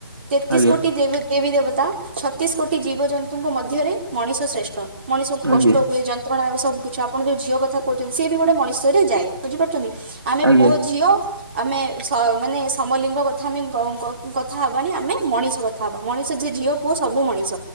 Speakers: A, on the right; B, on the right.
A: ତେତିଶ
B: ଆଜ୍ଞା
A: କୋଟି ଦେବି ଦେବୀ ଦେବତା ଛତିଶ କୋଟି ଜୀବଜନ୍ତୁଙ୍କ ମଧ୍ୟରେ ମଣିଷ ଶ୍ରେଷ୍ଠ। ମଣିଷକୁ
B: ଆଜ୍ଞା ଆଜ୍ଞା
A: କଷ୍ଟ ହୁଏ ଯନ୍ତ୍ରଣା ହୁଏ ସବୁ କିଛି ଆପଣ ଯୋଉ ଝିଅ କଥା କହୁଛନ୍ତି ସିଏ ବି ଗୋଟେ ମଣିଷରେ ଯାଏ ବୁଝିପା ଆମେ
B: ଆଜ୍ଞା
A: ପୁଅ ଝିଅ ଆମେ ସ ମାନେ ସମଲିଙ୍ଗ କଥା ଆମେ କ କଥା ହବାନି ଆମେ ମଣିଷ କଥା କଥା ହବା ମଣିଷ ଯିଏ ଝିଅ ପୁଅ ସବୁ ମଣିଷ